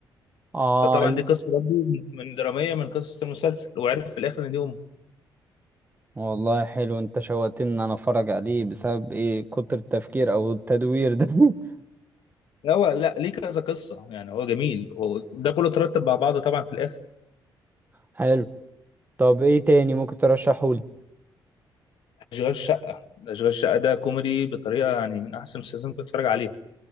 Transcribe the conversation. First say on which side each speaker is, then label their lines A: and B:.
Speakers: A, on the right; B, on the left.
A: اه
B: فطبعا
A: ال-
B: دي قصه برضه من دراميه من قصص المسلسل وعرف في الاخر ان دي امه
A: والله حلو انت شوقتني ان انا اتفرج عليه بسبب ايه كتر التفكير او التدوير ده <laughs>
B: لا هو لا ليه كذا قصه يعني هو جميل هو ده كله ترتب مع بعضه طبعا في الاخر
A: حلو طب ايه تاني ممكن ترشحولي
B: اشغال شقه اشغال شقه ده كوميدي بطريقه يعني من احسن المسلسلات اللي ممكن تتفرج عليها